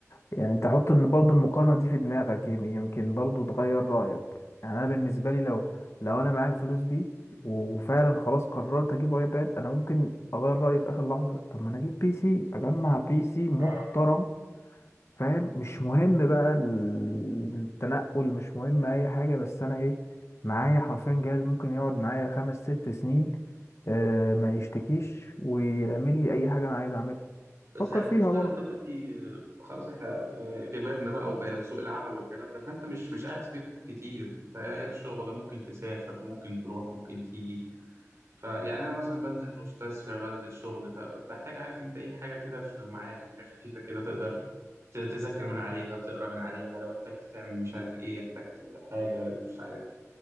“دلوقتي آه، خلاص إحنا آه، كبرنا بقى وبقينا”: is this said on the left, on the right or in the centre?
Right